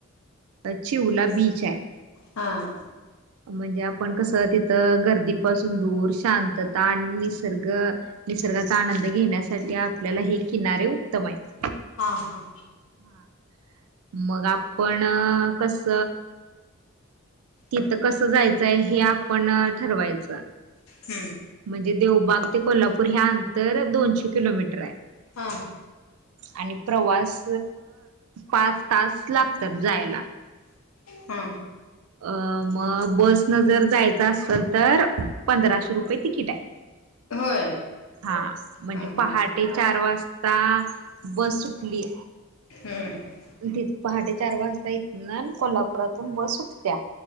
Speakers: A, on the right; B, on the left.
A: चिवला बीच आहे.
B: हां
A: म्हणजे आपण कसं तिथं गर्दीपासून दूर शांतता आणि निसर्ग निसर्गाचा आनंद घेण्यासाठी आपल्याला हे किनारे उत्तम आहेत.
B: हा हा
A: हा मग आपण कस तिथं कसं जायचंय हे आपण ठरवायचं
B: हं
A: म्हणजे देवबाग ते कोल्हापूर हे अंतर दोनशे किलोमीटर आहे.
B: हां
A: आणि प्रवास पाच तास लागतात जायला
B: हा
A: अ मग बस न जर जायचं असेल तर पंधराशे रुपये तिकीट आहे
B: होय
A: हा म्हणजे
B: हा
A: पहाटे
B: हा
A: चार वाजता बस सुटली
B: हम्
A: त पहाडेचार वाजता इथ ना कोल्हापुरातून बस उठत्या